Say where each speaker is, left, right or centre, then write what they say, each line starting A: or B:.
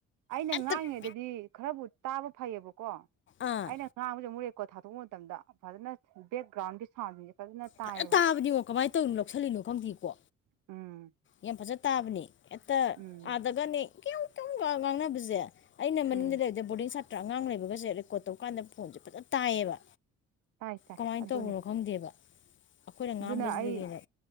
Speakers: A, on the right (about 90°); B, on the left (about 40°).
A: ꯑꯩꯅ
B: ꯍꯦꯛꯇ
A: ꯉꯥꯡꯉꯉꯩꯗꯗꯤ
B: ꯄꯤꯛ
A: ꯈꯔꯕꯨ ꯇꯥꯕ ꯐꯩꯌꯦꯕꯀꯣ
B: ꯑꯥ
A: ꯑꯩꯅ ꯉꯥꯡꯕꯁꯦ ꯑꯃꯨꯛꯨꯔꯦꯀꯣ ꯊꯥꯗꯣꯛꯄ ꯃꯇꯝꯗ ꯐꯖꯅ ꯕꯦꯛꯒ꯭ꯔꯥꯎꯟꯒꯤ ꯁꯥꯎꯟꯁꯤꯡꯁꯦ ꯐꯖꯅ ꯇꯥꯏꯌꯦꯕ
B: ꯐꯖꯅ ꯇꯥꯕꯅꯤꯉꯣ ꯀꯃꯥꯏꯅ ꯇꯧꯅꯣ ꯂꯧꯁꯜꯂꯤꯅꯣ ꯈꯪꯗꯦꯀꯣ
A: ꯎꯝ
B: ꯌꯥꯝ ꯐꯖ ꯇꯥꯕꯅꯤ ꯍꯦꯛꯇ
A: ꯎꯝ
B: ꯑꯥꯗꯒꯅꯦ ꯀꯨ ꯇꯨꯡꯒ ꯉꯥꯡꯅꯕꯁꯦ ꯑꯩꯅ ꯃꯅꯨꯡꯗ
A: ꯎꯝ
B: ꯂꯩꯕꯗ ꯕꯣꯔꯗꯤꯡ ꯁꯥꯇ꯭ꯔ ꯑꯉꯥꯡ ꯂꯩꯕꯒꯁꯦ ꯔꯦꯀꯣꯔꯠ ꯇꯧꯀꯥꯟꯗ ꯐꯣꯟꯁꯦ ꯐꯖꯅ ꯇꯥꯏꯌꯦꯕ
A: ꯇꯥꯏ ꯇꯥꯏ
B: ꯀꯃꯥꯏꯅ
A: ꯑꯗꯨꯅꯦ
B: ꯇꯧꯕꯅꯣ ꯈꯪꯗꯦꯕ ꯑꯩꯈꯣꯏꯅ ꯉꯥꯡꯕꯁꯤꯗ
A: ꯑꯗꯨꯅ ꯑꯩ
B: ꯍꯦꯟꯅ